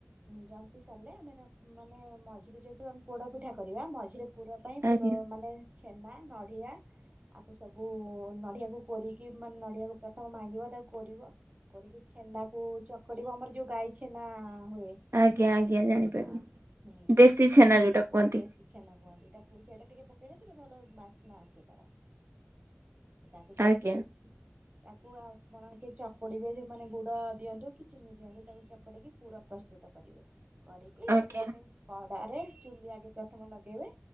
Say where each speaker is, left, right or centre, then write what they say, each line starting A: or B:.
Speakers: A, on the right (about 35°); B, on the right (about 70°).
A: ଜନ୍ତି ସରିଲେ ଆମେ ତା ମାନେ ମଝିରେ ଯେହେତୁ ଆମେ ପୋଡ଼ ପିଠା କରିବା ମଝିରେ ପୁର ପାଇଁ
B: ଆଜ୍ଞା
A: ପୁର ମାନେ ଛେନା ନଡ଼ିଆ ଆକୁ ସବୁ ନଡ଼ିଆକୁ କୋରିକି ମାନେ ନଡ଼ିଆକୁ ପ୍ରଥମ ଭାଙ୍ଗିବ ତାକୁ କୋରିବ। କରିକି ଛେନାକୁ ଚକଡିବ ଆମର ଯୋଉ ଗାଈ ଛେନା ହୁଏ।
B: ଆଜ୍ଞା ଆଜ୍ଞା ଜାଣିପାରିଲି।
A: ହଁ। ହୁଁ
B: ଦେଶୀ ଛେନା ଯୋଉଟା କୁହନ୍ତି।
A: ଦେଶୀ ଛେନା କୁହନ୍ତି ତାକୁ, ସେଇଟା ଟିକେ ପକେଇଲେ ଟିକେ ଭଲ ବାସ୍ନା ଆସେ ତାର। ତାକୁ ଚକଡେଇକି,
B: ଆଜ୍ଞା
A: ତାକୁ ଆପଣ କେ ଚକୁଡିବେ, ମାନେ ଗୁଡ ଦିଅନ୍ତୁ କି ଚିନି ଦିଅନ୍ତୁ, ତାକୁ ଚକୁଡିକି ପୁର ପ୍ରସ୍ତୁତ କରିବେ। କରିକି,
B: ଆଜ୍ଞା
A: ତାକୁ ଗୋଟେ କଡ଼ାରେ, ଚୁଲି ଆଗେ ପ୍ରଥମ ଲଗେଇବେ